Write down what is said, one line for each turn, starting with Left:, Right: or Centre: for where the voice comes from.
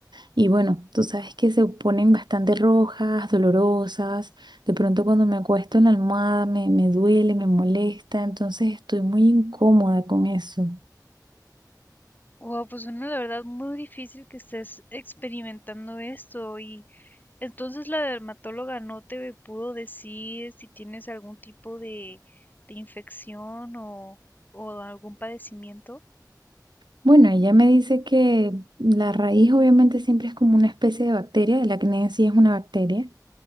Right: y bueno, tú sabes que se ponen bastante rojas, dolorosas. De pronto cuando me acuesto en la almohada me, me duele, me molesta, entonces estoy muy incómoda con eso.
Left: Wow, pues bueno, la verdad muy difícil que estés experimentando esto. Y entonces la dermatóloga no te pudo decir si tienes algún tipo de, de infección o, o algún padecimiento.
Right: Bueno, ella me dice que la raíz obviamente siempre es como una especie de bacteria, el acné en sí es una bacteria